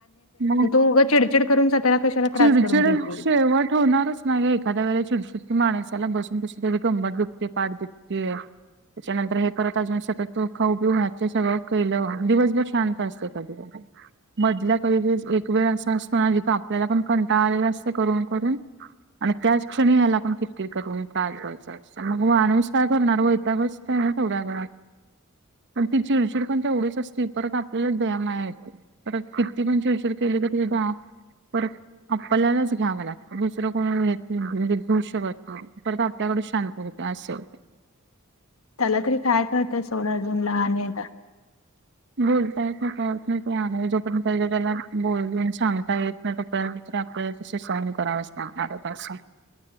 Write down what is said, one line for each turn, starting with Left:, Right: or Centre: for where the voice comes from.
Right: म
Left: उग चिडचिड करून <unintelligible>
Right: चिडचिड
Left: करून घेते.
Right: शेवट होणारच नाहीे एखाद्या वेळे चिडचिडकी माणसाला बसून कशी ते कम्बर दुखते पाठ दुखते त्याच्यानंतर हे परत अजून सतत खाऊ पिऊ घातचे सगळं केलं दिवसभर शांत असते कधी कधी मधल्या कधी एक वेळ असा असतो ना जिथे आपल्याला पण कंटाळालेला असते करून करून आणि त्याच क्षणी ह्याला आपण किरकीर करून त्रास होत मग माणूस काय करणार वैताग बस <unintelligible> ना तेवड्यात घरात ती चिडचिड पण एवढीच असते परत आपल्यालाच दयामाया येत परत किती पण चिडचिड केली तरी द परत आपल्यालाच घ्यावं लागतं दुसरं कोणी घेत म्हणजे भू शिवत नाही. परत आपल्याकडे शांत होते असे होते.
Left: त्याला तरी काय कळतंय सोड अजून लहान आहे ना.
Right: बोलता येत नाहि ते आहे जो पण सांगता येत नाही त्याला बोलून सांगता येत नाही तोपर्यंत तरी आपल्या तसे सहन करावंच लागणारे त्याच